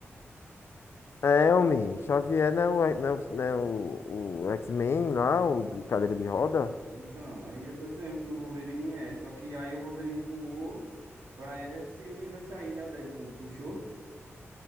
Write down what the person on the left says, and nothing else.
É, homem, Xavier não é o, não é o, não é o, o X-Men lá, o de cadeira de roda?